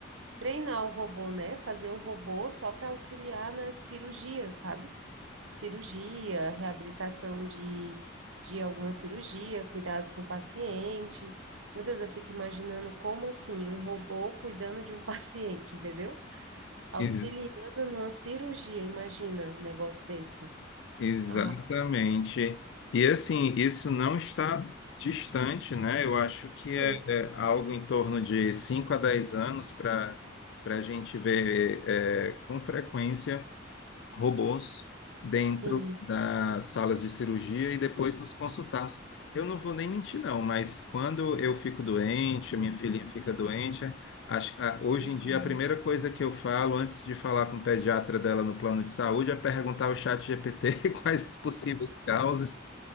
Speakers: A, on the right (about 80°); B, on the left (about 65°).
A: treinar o robô, né? Fazer um robô só para auxiliar nas cirurgias, sabe? Cirurgia, reabilitação de, de alguma cirurgia, cuidados com pacientes. Meu Deus, eu fico imaginando como assim, um robô cuidando de um <laughs> paciente, entendeu? Auxiliando
B: E-
A: numa cirurgia, imagina um negócio desse.
B: exatamente.
A: Ah,
B: E assim, isso não está distante, né? Eu acho que
A: hum,
B: é, é algo em torno de 5 a 10 anos para para a gente ver é, com frequência robôs dentro
A: sim.
B: das salas de cirurgia e depois nos consultarmos. Eu não vou nem mentir, não, mas quando eu fico doente, a minha filhinha fica doente, acho- a- hoje
A: Uhum.
B: em dia a primeira coisa que eu falo antes de falar com o pediatra dela no plano de saúde é perguntar ao chat GPT <laughs> quais as possíveis causas.